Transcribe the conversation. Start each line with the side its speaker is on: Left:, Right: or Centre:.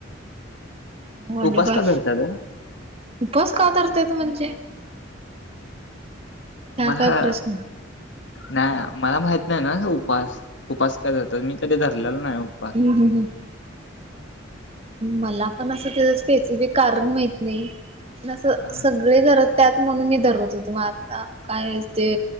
Right: म आणि
Left: उपास
Right: काय
Left: का धरतात रे?
Right: उपवास का करत्यात म्हणजे? हा
Left: मला
Right: काय प्रश्न.
Left: नाही मला माहित नाही ना उपास उपास कध मी कधी धरलेल नाही उप
Right: हम्म हम्म हम्म. मला पण असं त्याच स्पेसिफिक कारण माहित नाही पण असं सग
Left: हा
Right: सगळे धरत्यात म्हणून मी धरत होतो मग आता काय ते.